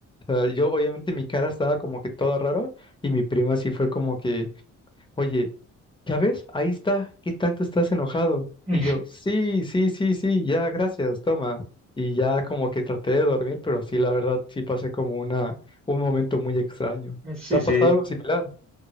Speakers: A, on the left (about 15°); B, on the right (about 20°).
A: sea, yo obviamente mi cara estaba como que todo raro y mi prima sí fue como que, oye, ¿ya ves? Ahí está, ¿qué tanto estás enojado?
B: <laughs>
A: Y yo, sí, sí, sí, sí, ya, gracias, toma. Y ya como que traté de dormir, pero sí, la verdad, sí pasé como una, un momento muy extraño.
B: Sí,
A: ¿Te ha
B: sí.
A: pasado algo similar?